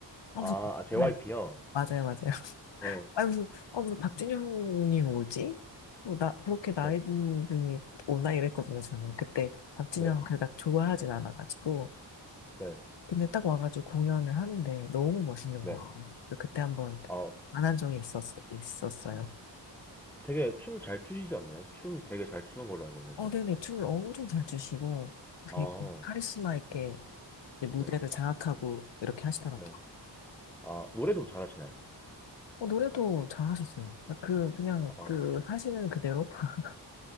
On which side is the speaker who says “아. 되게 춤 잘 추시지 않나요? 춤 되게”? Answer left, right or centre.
Centre